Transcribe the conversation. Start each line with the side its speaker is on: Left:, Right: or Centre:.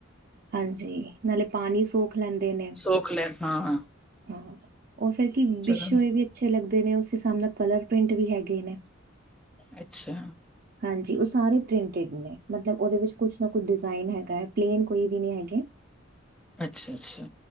Right: ਹਾਂਜੀ, ਨਾਲੇ ਪਾਣੀ ਸੌਖ ਲੈਂਦੇ ਨੇ।
Centre: ਸੌਖ ਲੈਣ ਹਾਂ ਹਾਂ।
Right: ਹਾਂ ਉਹ ਫੇਰ ਕੀ
Centre: ਚਲੋ
Right: ਵਿਸ਼ੋਏ ਵੀ ਅੱਛੇ ਲੱਗਦੇ ਨੇ, ਉਸ ਹਿਸਾਬ ਨਾਲ ਕਲਰ ਪ੍ਰਿੰਟ ਵੀ ਹੈਗੇ ਨੇ।
Centre: ਅੱਛਾ।
Right: ਹਾਂਜੀ ਉਹ ਸਾਰੇ ਪ੍ਰਿੰਟਡ ਨੇ ਮਤਲਬ ਉਹਦੇ ਵਿੱਚ ਕੁਛ ਨਾ ਕੁਛ ਡਿਜ਼ਾਇਨ ਹੈਗਾ ਹੈ, ਪਲੇਨ ਕੋਈ ਵੀ ਨਹੀਂ ਹੈਗੇ।
Centre: ਅੱਛਾ-ਅੱਛਾ